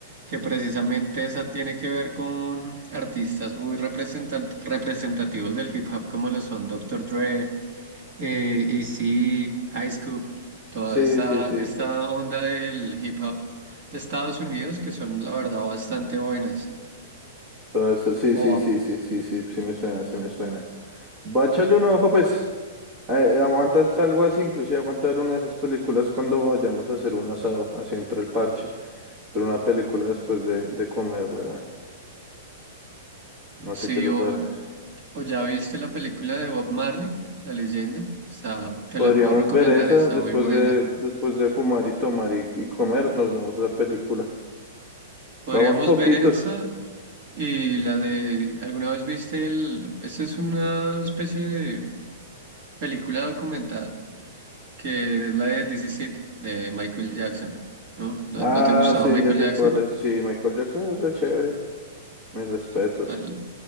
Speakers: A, on the right; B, on the right.
A: que precisamente esa tiene que ver con artistas muy representant- representativos del hip hop como lo son Doctor Dre, eh, Eazy-E, Ice Cube, toda
B: Sí,
A: esta,
B: sí, sí,
A: esta
B: sí.
A: onda del hip hop de Estados Unidos que son la verdad bastante buenas.
B: Todo eso, sí,
A: O
B: sí, sí, sí, sí, sí, sí me suena, sí me suena. Va a echarle un ojo, pues. Eh, ¿Aguantas algo así? Inclusive aguantar una de esas películas cuando vayamos a hacer un asado, así entre el parche, pero una película después de, de comer, weón. No
A: sí,
B: sé qué le
A: o,
B: parece.
A: o ya viste la película de Bob Marley, La Leyenda, está, te
B: Podríamos
A: la puedo recomendar,
B: ver esa
A: está
B: después
A: muy buena.
B: de, después de fumar y tomar y, y comer, nos vemos la película.
A: Podríamos
B: Vamos poquitos.
A: ver esa y la de, ¿alguna vez viste el, esa es una especie de película documental que es la de This Is It, de Michael Jackson, ¿no? ¿No,
B: Ah,
A: no te gustaba
B: sí,
A: Michael
B: ya sé
A: Jackson?
B: cuál es. Sí, Michael Jackson es re chévere. Mis respetos.
A: Al-